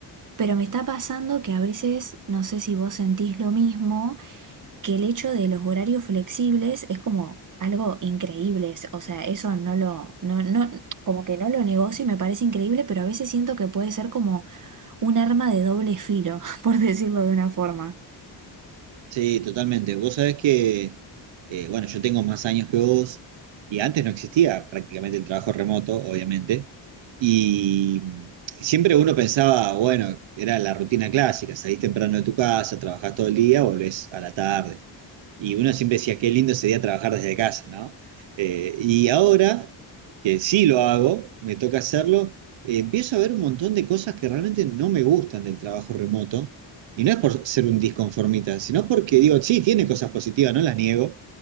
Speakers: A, on the right; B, on the right.
A: Pero me está pasando que a veces, no sé si vos sentís lo mismo, que el hecho de los horarios flexibles es como algo increíble. es- O sea, eso no lo, no, no, como que no lo negocio y me parece increíble, pero a veces siento que puede ser como un arma de doble filo, <laughs> por decirlo de una forma.
B: Sí, totalmente. Vos sabés que, eh, bueno, yo tengo más años que vos y antes no existía prácticamente el trabajo remoto, obviamente. Y siempre uno pensaba, bueno, era la rutina clásica, salís temprano de tu casa, trabajás todo el día, volvés a la tarde. Y uno siempre decía, qué lindo sería trabajar desde casa, ¿no? Eh, y ahora que sí lo hago, me toca hacerlo, eh, empiezo a ver un montón de cosas que realmente no me gustan del trabajo remoto y no es por ser un disconformista, sino porque digo, sí, tiene cosas positivas, no las niego,